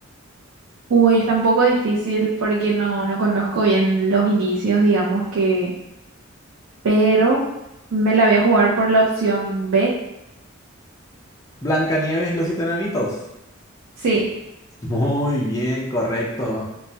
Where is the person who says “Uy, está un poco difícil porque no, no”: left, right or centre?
Right